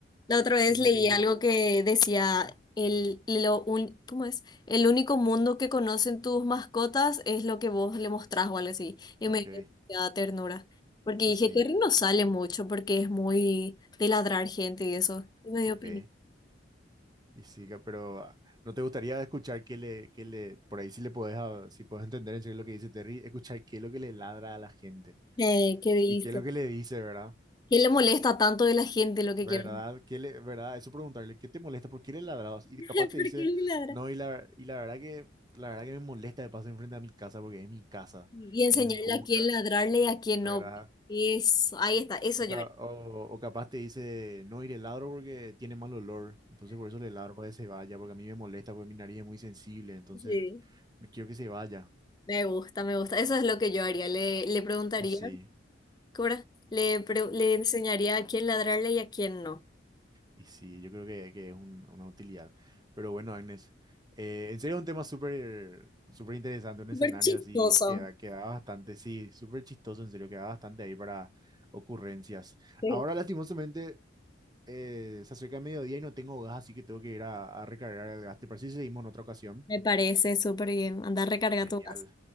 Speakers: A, on the left (about 20°); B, on the right (about 20°).
A: La otra vez
B: O si
A: leí
B: te dice,
A: algo que decía
B: "Sí,
A: el, lo un- ¿cómo es? El único mundo que conocen tus mascotas es lo que vos le mostrás o algo así. Y
B: ok,
A: me dio demasiada ternura. Porque
B: y
A: dije,
B: sí,
A: Terry no sale mucho porque es muy de ladrar gente y eso. Y me
B: ok,
A: dio pena.
B: y sí, ca- pero ah, ¿no te gustaría escuchar que le, que le, por ahí si le podés, ah, si podés entender en serio lo que dice Terry, escuchar qué es lo que le ladra a la gente
A: Eh, ¿qué dice?
B: y qué es lo que le dice, ¿verdad?
A: ¿Qué le molesta tanto de la gente lo que
B: ¿Verdad?
A: quiero?
B: ¿Qué le, verdad? Eso preguntarle, ¿qué te molesta? ¿Por qué le ladrados?
A: <laughs>
B: Y capaz te
A: ¿Por
B: dice,
A: qué le ladra?
B: no, y la, y la verdad que, la verdad que me molesta de pasar enfrente a mi casa porque es mi casa
A: Y enseñarle
B: y no me gusta,
A: a quién ladrarle y a quién
B: ¿verdad?
A: no. Eso, ahí está, eso
B: O,
A: yo
B: ca-
A: haría.
B: o, o capaz te dice, no, y le ladro porque tiene mal olor, entonces por eso le ladro para que se vaya, porque a mí me molesta, porque mi nariz es muy sensible, entonces
A: Sí.
B: me quiero que se vaya.
A: Me gusta, me gusta. Eso es lo que yo haría. Le, le preguntaría.
B: Y sí.
A: Cora, le, pre- le enseñaría a quién ladrarle y a quién no.
B: Y sí, yo creo que, que es un- una utilidad. Pero bueno, Agnes, eh, en serio un tema súper súper interesante, un
A: Súper
B: escenario
A: chistoso.
B: así que da, que da bastante, sí, súper chistoso, en serio, queda bastante ahí para ocurrencias.
A: Sí.
B: Ahora, lastimosamente, eh, se acerca el mediodía y no tengo gas, así que tengo que ir a, a recargar el gas. ¿Te parece si seguimos en otra ocasión?
A: Me parece súper bien. Anda, recarga
B: Genial.
A: tu casa.